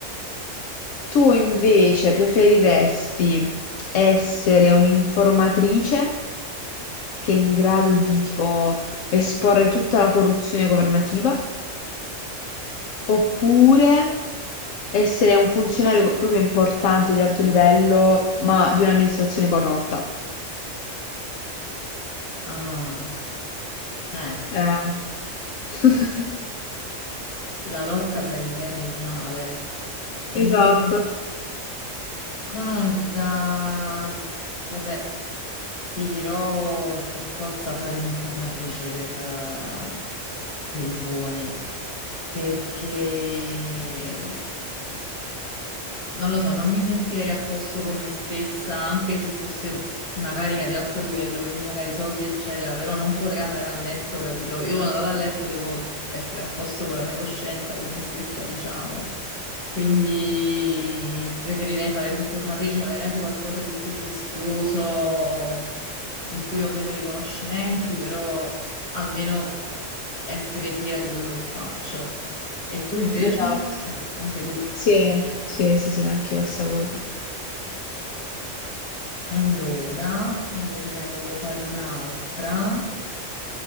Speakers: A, on the left; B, on the left.
A: Tu invece preferiresti essere un'informatrice che è in grado di tipo esporre tutta la corruzione governativa, oppure essere un funzionario proprio importante di alto livello, ma di un'amministrazione corrotta?
B: Ah, eh,
A: Eh. <laughs>
B: la lotta tra il bene e il male. Eh,
A: Esatto,
B: guarda, vabbè, ti dirò per forza fare l'informatrice per, eh, per i buoni, perché non lo so, non mi sentirei a posto con me stessa, anche se fosse una carica di alto livello, quindi magari soldi, eccetera, però non potrei andare a letto, capito? Io quando vado a letto devo essere a posto con la mia coscienza, con me stessa, diciamo. Quindi preferirei fare l'informatrice, magari anche qualcosa di più rischioso, in cui ho meno riconoscimenti, però almeno essere fiera di quello che faccio. E tu invece?
A: esatto.
B: Eh, anche tu.
A: Sì, sì, sì, sì, anche io la stessa cosa.
B: Allora, invece te ne voglio fare un'altra,